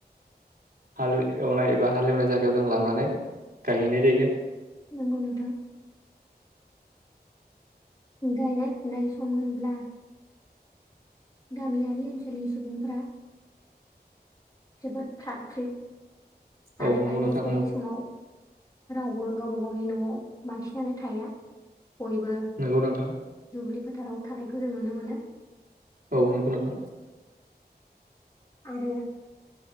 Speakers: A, on the right (about 60°); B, on the left (about 20°).
A: हाल एवनाय एबा हाल एवनाय जायगायाव जों लांनानै गायहैनाय जायो।
B: नंगौ नोंथां। गायनाय फुनाय सम होनब्ला गामियारि ओनसोलनि सुबुंफोरा जोबोद फ्रात फ्रित
A: औ
B: आरो
A: नंगौ
B: गायनाय
A: नोंथां
B: फुनाय समाव रावबो गावबा गावनि न'आव बांसिनानो थाया। बयबो
A: नंगौ नोंथां
B: दुब्लि फोथाराव थानायखौ जों नुनो मोनो
A: औ नोंगौ नोंथां
B: आरो,